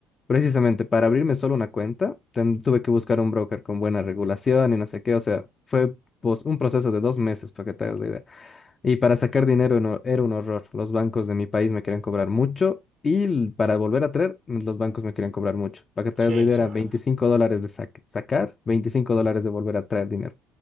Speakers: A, on the left; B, on the right.
A: precisamente para abrirme solo una cuenta, ten- tuve que buscar un broker con buena regulación y no sé qué, o sea, fue pues, un proceso de dos meses para que te hagas la idea. Y para sacar dinero no- era un horror. Los bancos de mi país me querían cobrar mucho y l- para volver a traer, los bancos me querían cobrar mucho. Para que te
B: Sí,
A: hagas
B: eso
A: la idea, era
B: es
A: 25
B: verdad.
A: dólares de saque- sacar, 25 dólares de volver a traer dinero.